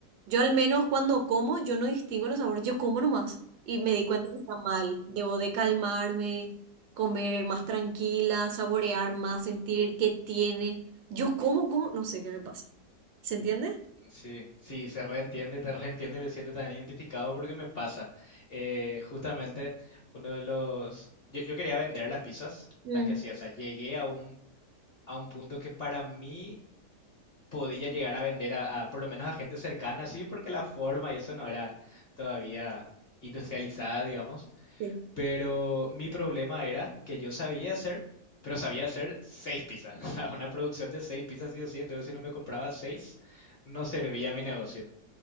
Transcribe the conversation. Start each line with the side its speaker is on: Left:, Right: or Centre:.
Right: yo al menos cuando como, yo no distingo los sabores, yo como nomás y me di cuenta que está mal. Debo de calmarme, comer más tranquila, saborear más, sentir qué tiene. Yo como, como, no sé qué me pasa. ¿Se entiende?
Left: Sí, sí, se reentiende, te reentiende y me siento tan identificado porque me pasa. Eh, justamente uno de los... Yo, yo quería vender las pizzas,
Right: Mm,
Left: las que hacía, o sea, llegué a un, a un punto que para mí podía llegar a vender a, a por lo menos a gente cercana, sí, porque la forma y eso no era todavía industrializada, digamos.
Right: sí.
Left: Pero mi problema era que yo sabía hacer, pero sabía hacer seis pizzas, <laughs> o sea, una producción de seis pizzas sí o sí, entonces si no me compraba seis, no servía mi negocio.